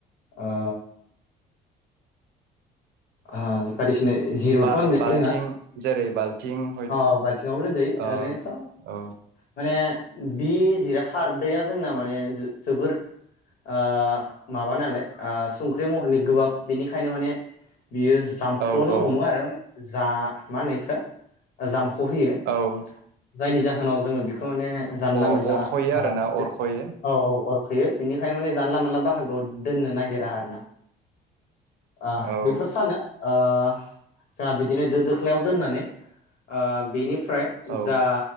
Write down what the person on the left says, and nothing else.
ओ आ। बायदिसिने जिर'थ'
होनजाया जोङा
औ बाल्थिङावबो दोनजायो
ओरैनोथ'
माने बे जेरे खारदैया जोंना माने जो - जोबोर ओ माबा नालाय ओ संख्रि महरनि गोबाब बेनिखायनो माने बियो जामख्ल'नो
हमो आरो माने। जा मा होनो इखो जाम ख होयो
जायनि जाहोनाव बिखो खो माने जानला
मोनला
आ बे
औ - औ बेयो बेनिखायनो माने जानला मोनोनला बाहागोआव दोननो नागिरा आरो ना। आ
बेफोर ओ चा बिदिनो दो - दोख्लायाव दोननानै आ बिनि फ्राय
जा